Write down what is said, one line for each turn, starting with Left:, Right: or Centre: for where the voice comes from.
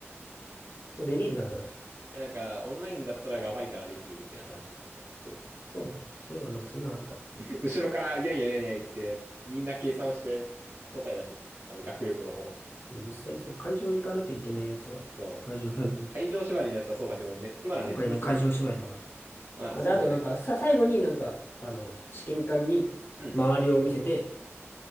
Left: できるんだ、それ。
Right: え、なんか、オンラインだったらやばいからできるみたいな話だったね。そ
Left: そうだね。そういえば、なんかそんなのあったら。
Right: う。後ろから、いやいやいやいや言って、みんな計算して答え出してた。あの、学力の方。
Left: 実際、そう、会場行かなきゃいけないやつは、
Right: そう。
Left: 会場行かなきゃいけない。
Right: 会場縛りのやつはそうだけど、ネットならネットで済むからね。
Left: 今回ね、会場縛りだから。
Right: まあ、
Left: まあで、
Right: そうね、
Left: あとなんか、
Right: なんか。
Left: さ、最後になんか、あの、試験官に周りを見せて、
Right: うん。